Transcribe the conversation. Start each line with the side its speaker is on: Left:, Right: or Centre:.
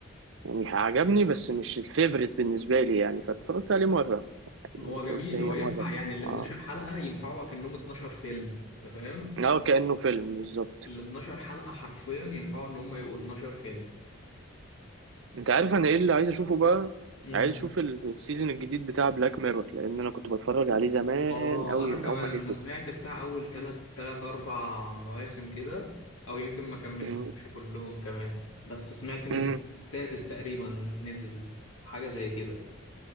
Right: يعني عجبني بس مش الفيفوريت بالنسبة لي يعني فاتفرجت عليه مرة يعني
Left: هو جميل
Right: قلت هي
Left: هو ينفع
Right: مرة
Left: يعني
Right: حلوة.
Left: ال 12
Right: اه
Left: حلقة ينفعوا اكنهم 12 فيلم انت فاهم
Right: اه كأنه فيلم بالظبط
Left: ال 12 حلقة حرفيا ينفعوا ان هم يبقوا 12 فيلم
Right: انت عارف انا ايه اللي عايز اشوفه بقى
Left: امم
Right: عايز اشوف ال- السيزون الجديد بتاع بلاك ميرور لان انا كنت بتفرج عليه زمان
Left: اه
Right: قوي
Left: انا كمان
Right: من اول ما نزل
Left: انا سمعت بتاع اول تلات تلات اربع مواسم كده او يمكن ما كملتهمش
Right: مم.
Left: كلهم كمان بس سمعت ان
Right: مم.
Left: الس- السادس تقريبا نزل حاجة زي كده